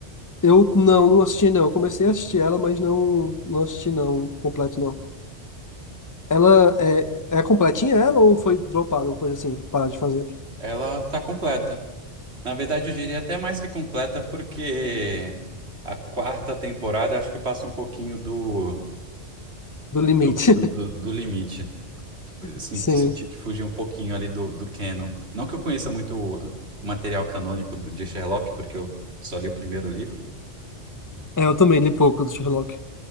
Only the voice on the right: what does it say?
Ela tá completa. Na verdade, eu diria até mais que completa, porque a quarta temporada acho que passa um pouquinho do,
do, do, do do limite.
Sen-
Senti que fugiu um pouquinho ali do, do canon. Não que eu conheça muito material canônico do- de Sherlock, porque eu só li o primeiro livro.